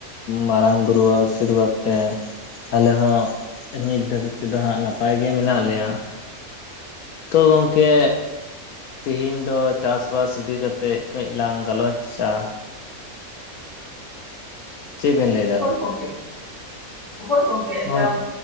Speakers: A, on the left; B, on the left.
A: ᱢᱟᱨᱟᱝ ᱵᱩᱨᱩ ᱟᱥᱤᱨᱵᱟᱫᱽ ᱛᱮ ᱟᱞᱮ ᱦᱚᱸ ᱱᱤᱛ ᱫᱷᱟᱹᱵᱤᱡ ᱛᱮᱫᱚ ᱦᱟᱸᱜ ᱱᱟᱯᱟᱭ ᱜᱮ ᱢᱮᱱᱟᱜ ᱞᱮᱭᱟ ᱛᱚ ᱜᱚᱝᱠᱮ ᱛᱤᱦᱤᱧ ᱫᱚ ᱪᱟᱥᱵᱟᱥ ᱤᱫᱤ ᱠᱟᱛᱮᱫ ᱠᱟᱹᱡ ᱞᱟᱝ ᱜᱟᱞᱚᱪ-ᱟ ᱪᱮᱫ ᱵᱮᱱ ᱞᱟᱹᱭ ᱫᱟ
B: ᱦᱳᱭ ᱜᱚᱢᱠᱮ ᱦᱳᱭ ᱜᱚᱢᱠᱮ ᱮᱠᱟᱞ
A: ᱜᱚᱝ